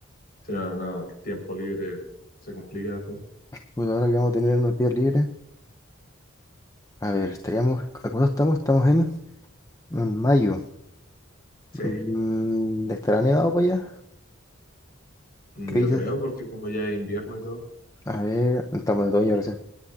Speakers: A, on the left; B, on the left.
A: Si no, no, el tiempo libre se complica después.
B: Pues ahora que vamos a tener unos días libres. A ver, estaríamos, ¿a cuándo estamos? Estamos en, en mayo.
A: Sí,
B: Mm, ¿estará nevado para allá?
A: mm,
B: ¿Qué
A: yo
B: dices?
A: creo porque como ya es invierno y todo,
B: A ver, estamos en otoño recién.